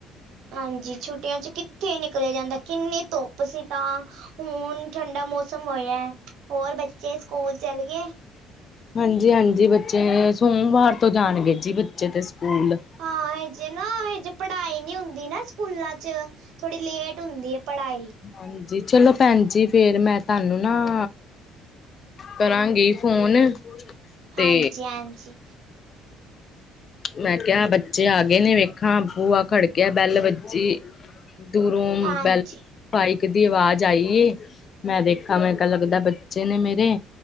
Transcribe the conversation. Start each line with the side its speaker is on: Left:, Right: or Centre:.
Right: ਹਾਂਜੀ ਛੁੱਟੀਆਂ ਚ ਕਿੱਥੇ ਨਿਕਲਿਆ ਜਾਂਦਾ ਕਿੰਨੀ ਧੁੱਪ ਸੀ ਤਾਂ ਹੁਣ ਠੰਡਾ ਮੌਸਮ ਹੋਇਆ ਹੋਰ ਬੱਚੇ ਸਕੂਲ ਚਲ ਗਏ
Left: ਹਾਂਜੀ ਹਾਂਜੀ ਬੱਚੇ ਸੋਮਵਾਰ ਤੋਂ ਜਾਣਗੇ ਜੀ ਬੱਚੇ ਤੇ ਸਕੂਲ
Right: ਹਾਂ ਇਜੇ ਨਾ ਹਜੇ ਪੜ੍ਹਾਈ ਨਹੀਂ ਹੁੰਦੀ ਨਾ ਸਕੂਲਾਂ ਚ ਥੋੜ੍ਹੀ ਲੇਟ ਹੁੰਦੀ ਏ ਪੜ੍ਹਾਈ
Left: ਹਾਂਜੀ ਚਲੋ ਭੈਣ ਜੀ ਫੇਰ ਮੈਂ ਤੁਹਾਨੂੰ ਨਾ ਕਰਾਂਗੀ ਫੋਨ ਤੇ
Right: ਹਾਂਜੀ ਹਾਂਜੀ
Left: ਮੈਂ ਕਿਹਾ ਬੱਚੇ ਆ ਗਏ ਨੇ ਵੇਖਾ ਬੂਆ ਖੜਕਿਆ ਬੈਲ ਵੱਜੀ ਦੂਰੋ
Right: ਹਾਂਜੀ
Left: ਬੈਲ ਬਾਈਕ ਦੀ ਆਵਾਜ਼ ਆਈ ਮੈਂ ਦੇਖਾ ਮੈਂ ਕਿਹਾ ਲੱਗਦਾ ਬੱਚੇ ਨੇ ਮੇਰੇ